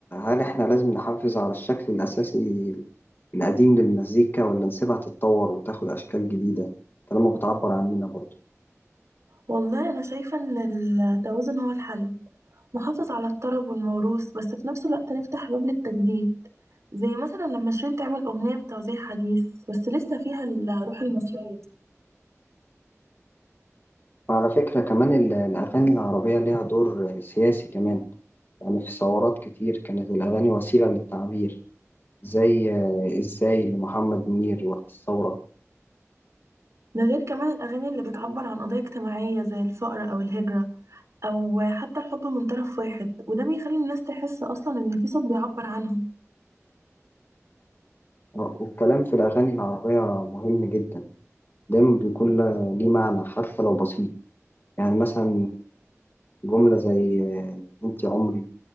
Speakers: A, on the left; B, on the right.
A: هل احنا لازم نحافظ على الشكل الأساسي القديم للمزيكا ولا نسيبها تتطور وتاخد أشكال جديدة طالما بتعبر عننا برضه
B: والله انا شايفة ان التوازن هو الحل نحافظ على الطرب والموروث بس في نفس الوقت نفتح باب للتجديد زي مثلا لما شيرين تعمل اغنية بتوزيع حديث بس لسه فيها الروح المصرية
A: وعلى فكرة كمان ال- الأغاني العربية ليها دور سياسي كمان يعني في ثورات كتير كانت الأغاني وسيلة للتعبير زي آه، إزاي لمحمد منير وقت الثورة
B: ده غير كمان الاغاني اللي بتعبر عن قضايا اجتماعية زي الفقر او الهجرة او حتى الحب من طرف واحد وده بيخلي الناس تحس اصلا ان في صوت بيعبر عنهم
A: والكلام في الأغاني العربية مهم جدا دايما بيكون له- ليه معنى حتى لو بسيط يعني مثلا جملة زي أنت عمري